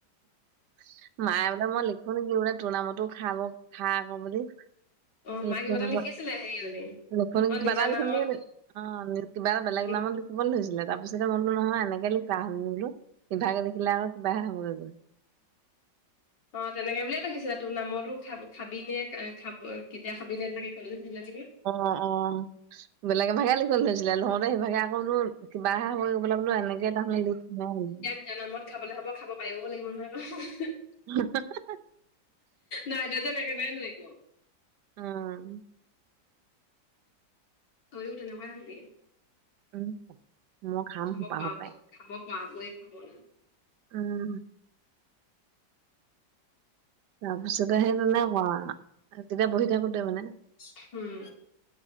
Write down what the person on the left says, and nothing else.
অঁ
মাই কিবা এটা লিখিছিলে হেৰি বুলি।
অ'
নিজৰ
নামত
লিখ
অঁ তেনেকে বুলিয়ে লিখিছিলে তোৰ নামতো খাব খাবি নে খাব কেতিয়া খাবি নে তেনেকে
নিজ নামত খাবলে হ'ব খাব পাৰিবও লাগিব নহয়।
নাই দাজনে একেবাৰে নোৱাৰিব।
তয়ো তেনেকুৱাই হবি।
খাব
পৰা
বোনেৰ, খাব পৰা বোৱে খাব ন
হুম।